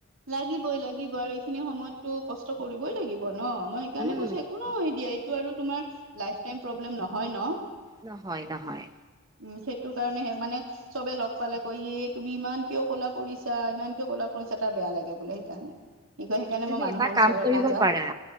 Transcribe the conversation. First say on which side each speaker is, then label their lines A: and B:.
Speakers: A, on the right; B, on the right.
A: লাগিবই লাগিব আৰু এইখিনি সময়ততো কষ্ট কৰিবই লাগিব ন? মই সেইকাৰণে
B: উম,
A: কৈছো কোনো সেই দিয়া এইটো আৰু তোমাৰ লাইফ টাইম প্ৰব্লেম নহয় ন।
B: নহয় নহয়।
A: উম সেইটো কাৰণেহে মানে চবে লগ পালে কয়, এ তুমি ইমান কিয় ক'লা পৰিছা? ইমান কিয় কলা পৰিছা? টা বেয়া লাগে বোলে সেইকাৰণে। কি কয় সেইকাৰণে
B: তুমি
A: মই মানুহৰ
B: এটা
A: ওচৰত
B: কাম কৰিব
A: নাযাও
B: পাৰা,